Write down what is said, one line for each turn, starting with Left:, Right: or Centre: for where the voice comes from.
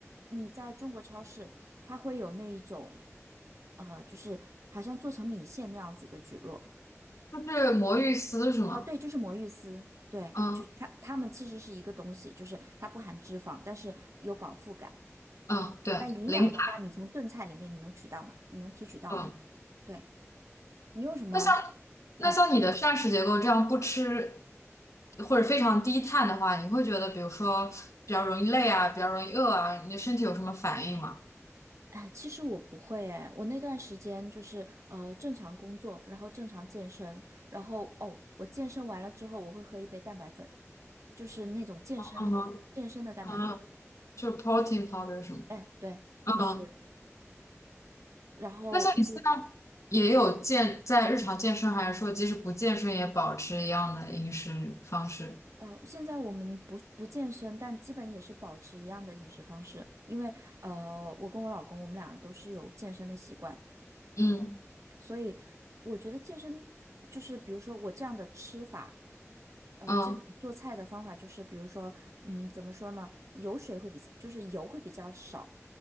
Right: 你在中国超市，它会有那一种，呃，就是好像做成米线那样子的蒟蒻
Left: 就是魔芋丝是吗？
Right: 啊，对，就是魔芋丝，对，
Left: 嗯
Right: 就是它它们其实是一个东西，就是它不含脂肪，但是有饱腹感。
Left: 嗯，对，
Right: 但营养的话，
Left: 零卡。
Right: 你从炖菜里面你能取到吗？你能提取到吗？
Left: 嗯，
Right: 对，你有什么？
Left: 那像那像你的膳食结构这样不吃。
Right: 嗯，
Left: 或者非常低碳的话，你会觉得比如说比较容易累啊，比较容易饿啊，你的身体有什么反应吗？
Right: 哎，其实我不会哎，我那段时间就是呃正常工作，然后正常健身，然后哦，我健身完了之后我会喝一杯蛋白粉。就是那种健身健身的蛋白粉。
Left: 嗯嗯，就是 protein powder 什么？
Right: 哎，对，
Left: 嗯，
Right: 就是，然后我会
Left: 那像你现在也有健在日常健身，还是说即使不健身也保持一样的饮食方式？
Right: 呃，现在我们不不健身，但基本也是保持一样的饮食方式，因为呃，我跟我老公我们俩都是有健身的习惯，
Left: 嗯
Right: 所以我觉得健身就是比如说我这样的吃法。呃，
Left: 嗯，
Right: 这种做菜的方法就是，比如说，嗯，怎么说呢？油水会比，就是油会比较少，